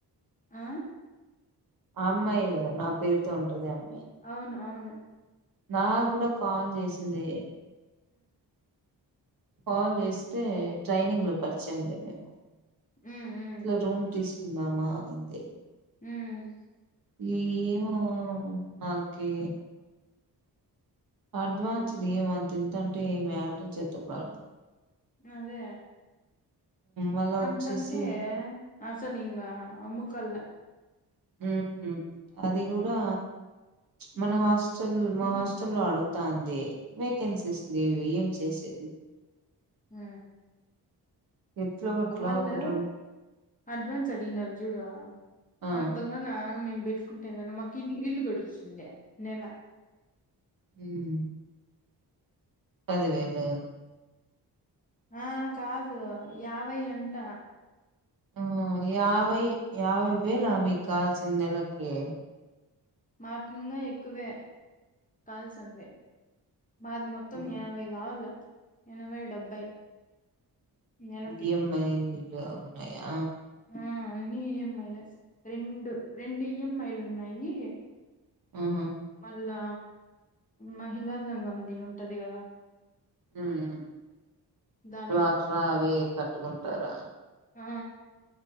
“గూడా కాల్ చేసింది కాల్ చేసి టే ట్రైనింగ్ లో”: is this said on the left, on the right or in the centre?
Right